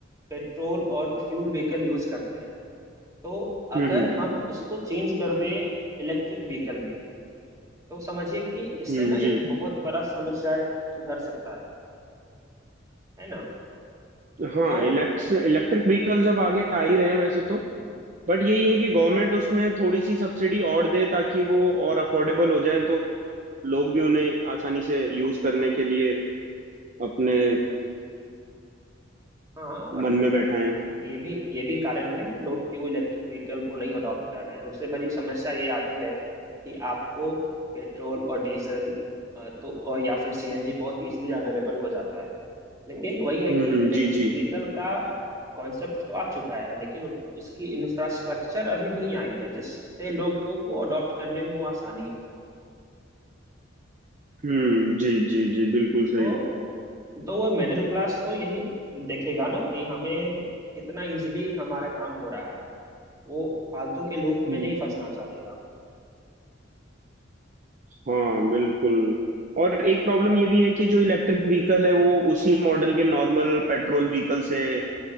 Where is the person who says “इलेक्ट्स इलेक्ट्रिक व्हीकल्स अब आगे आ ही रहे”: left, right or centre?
Right